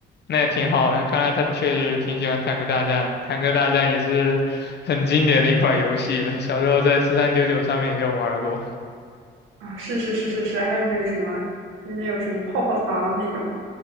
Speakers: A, on the left (about 55°); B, on the right (about 85°).
A: 那也挺好的，看来他确实挺喜欢《坦克大战》。《坦克大战》也是很经典的一款游戏了，小时候在四三九九上面也有玩过
B: 啊，是是是是是，还有那个什么，那那有什么泡泡糖那种，